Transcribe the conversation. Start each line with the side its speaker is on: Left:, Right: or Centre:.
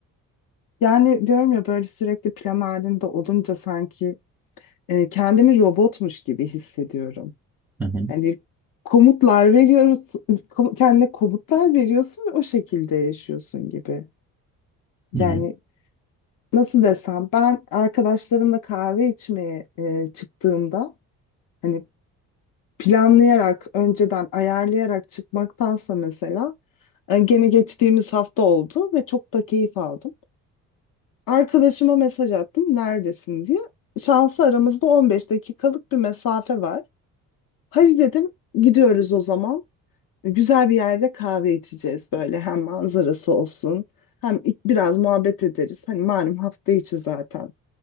Left: Yani diyorum ya böyle sürekli plan halinde olunca sanki e, kendimi robotmuş gibi hissediyorum.
Centre: Hı hı,
Left: Hani komutlar veriyoruz, kom- kendine komutlar veriyorsun ve o şekilde yaşıyorsun gibi.
Centre: hı
Left: Yani
Centre: hı,
Left: nasıl desem ben arkadaşlarımla kahve içmeye e, çıktığımda hani planlayarak, önceden ayarlayarak çıkmaktansa mesela e, gene geçtiğimiz hafta oldu ve çok da keyif aldım. Arkadaşıma mesaj attım neredesin diye. Şansı aramızda 15 dakikalık bir mesafe var. Hadi dedim gidiyoruz o zaman. Güzel bir yerde kahve içeceğiz böyle hem manzarası olsun hem ilk biraz muhabbet ederiz. Hani malum hafta içi zaten.